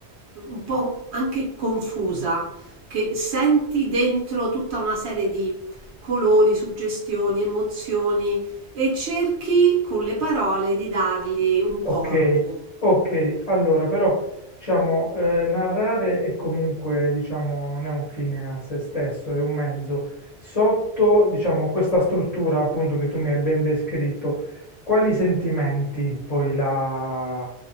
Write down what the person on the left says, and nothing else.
Ok,
ok, allora però diciamo eh, narrare è comunque diciamo non è un fine a se stesso, è un mezzo. Sotto diciamo questa struttura appunto che tu mi hai ben descritto, quali sentimenti poi la,